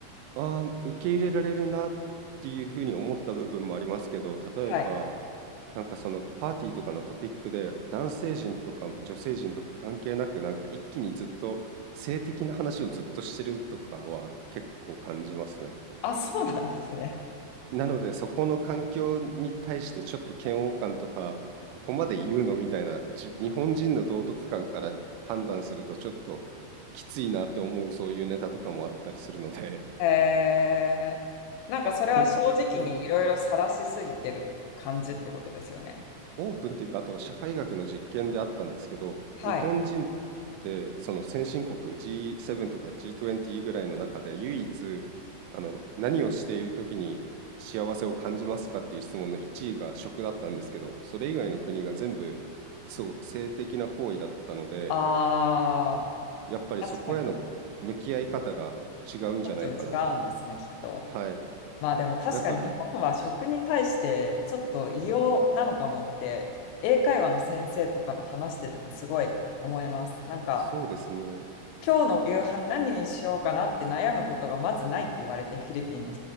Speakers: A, on the right; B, on the left.
A: ああ、受け入れられるなっていうふうに思った部分もありますけど、例えば、
B: はい。
A: なんかそのパーティーとかのトピックで、男性陣とか女性陣とか関係なく、なんか一気にずっと性的な話をずっとしてるとかは結構感じますね。
B: あ、そうなんですね。
A: なので、そこの環境に対してちょっと嫌悪感とか、ここまで言うのみたいな、じ日本人の道徳観から判断するとちょっときついなって思うそういうネタとかもあったりするので、
B: へえ。なんかそれは正直にいろいろ晒しすぎてる感じってことですよね。
A: 本当に。オープンっていうか、あと社会学の実験であったんですけど、
B: はい。
A: 日本人ってその先進国 G7 とか G20 ぐらいの中で唯一あの何をしている時に幸せを感じますかっていう質問の1位が食だったんですけど、それ以外の国が全部そう性的な行為だったので、
B: ああ、
A: やっぱりそこへの向き合い方が違うんじゃないかな。
B: 確かに。ちょっと違うんですね、きっと。
A: はい。
B: まあでも確かに日本は食に対してちょっと異様なのかもって、
A: だから、そ
B: 英会話の先生とかと話しててもすごい思います。なんか、
A: そうですね。
B: 今日の夕飯何にしようかなって悩むことがまずないって言われて、フィリピンの